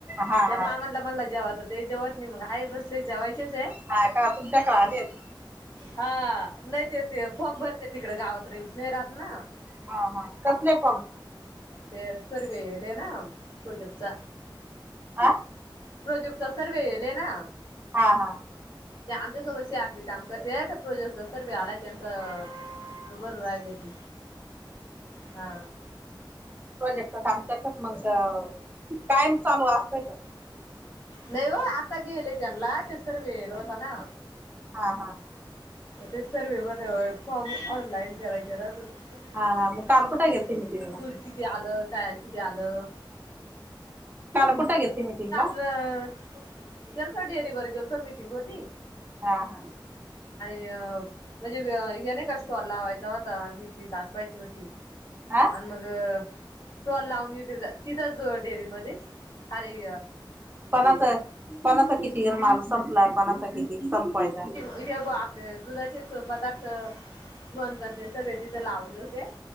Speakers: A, on the right; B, on the left.
A: हा
B: त्या
A: हा
B: मामाला म्हणलं जेवा तर ते जेवत नही मग, हाय बसले जेवा यचेचये.
A: हां का तुमच्याकडं आले हेत
B: हा नाही ते ते फॉर्म भरते, तिकडं गावात रेंज नाही राहत ना.
A: हा हा कसले फॉर्म?
B: ते सर्वे येयेलेना प्रजपचा
A: हा
B: प्रोजेक्टचा सर्वे येयेल ना
A: हा हा
B: ते आमच्यासोबत सी आर पी काम करतेये, तर प्रोजेक्टचा सर्वे आलाय त्यांचा भरू राह्यले ते हा.
A: प्रोजेक्टचं काम करतात मंग कायम चालू असतंय का?
B: नही वो आता घेयेल त्यांला, ते सर्वे येयेल होता ना.
A: हा हा
B: ते सर्वे वर फॉर्म ऑनलाईन करायचे राहतात ना.
A: हा हा मग काल
B: <unintelligible>
A: कुठे गेलती मिटिंगला
B: बोल की. त्यालं काय किती आलं
A: कुठ गेलती मटिंगला?
B: ह अअ गेलतो डेअरी वर गेलतो मीटिंग होती
A: हा हा.
B: <unintelligible> म्हणजे वेअ हे नी का स्टाॅल लावायचा होता विक्री दाखवायची होती.
A: आ
B: आन मग स्टॉल लावून विक तिथंच डेअरीमध्येच अरेय
A: कोणाचा कोणाचा किती जर माल संपलाय कोणाचा किती संपवायचाय
B: <unintelligible> ते दुधाचेच पदार्थ लोणचांचे सगळे तिथे लावले होते